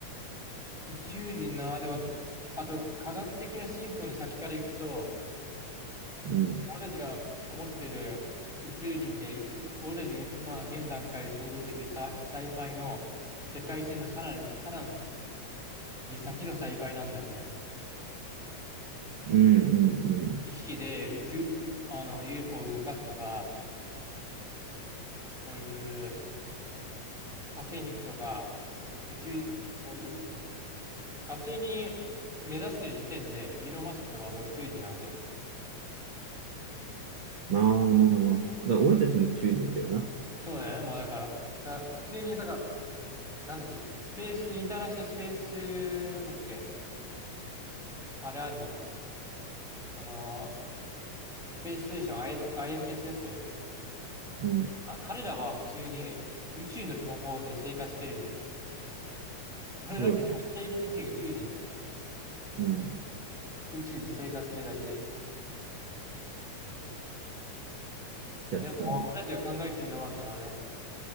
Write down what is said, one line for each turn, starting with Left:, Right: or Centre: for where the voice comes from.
Centre: 宇宙人な、でもど、あと科学的な進歩の先から行くと、
Right: うん。
Centre: 俺たちが思ってる宇宙人って、い俺たちが今現段階で想像できるサイ、サイファイの世界線のさらに、さらに先のサイファイなんだよね。
Right: うん、うん、うん。
Centre: 意識で宇宙、うあの UFO を動かすとか、そういう火星に行くとか、宇宙、もうう火星に目指してる時点でイーロン・マスクとかはもう宇宙人なわけよ。
Right: まあまあまあ。だから俺たちも宇宙人だよな。
Centre: そうだよね、もうだから。だから普通に、だから、なんだっけ、スペース、インターナショナルスペース、なんだっけ、あれあんじゃん。その、スペースステーション、IS、アイエス s ス
Right: うん。
Centre: あ、彼らは普通に宇宙の方で生活してるじゃん。それだけでも定義的に宇宙人だよね。
Right: そうだね。うん。
Centre: 宇宙で生活してるだけで。
Right: 確かに。
Centre: でも、俺たちが考えてるのは、そのね、